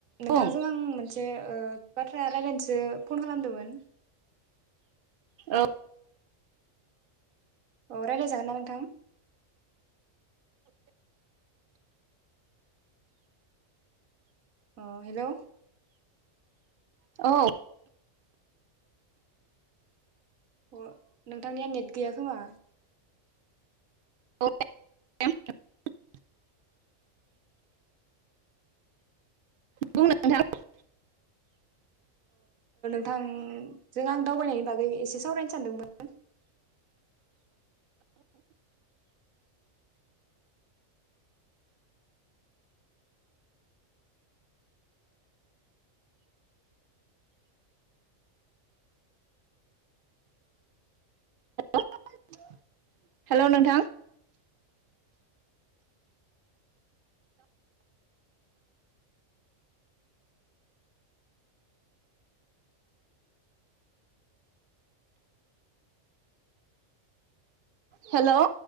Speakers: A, on the right (about 85°); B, on the right (about 60°).
A: नोंथांजों
B: बुं
A: आं मोनसे ओ बाथ्रा रायलायनोसो फन खालामदोंमोन।
B: औ
A: अ रायलाय जागोन ना नोंथां? अ हेलौ।
B: औ।
A: अ नोंथांनिया नेट गैया खोमा
B: औ <unintelligible> बुं <unintelligible> नोंथां।
A: उम जों आं दावबायनायनि बागै एसे सावरायनो सानदोंमोन
B: <unintelligible> हेल नोंथां हेल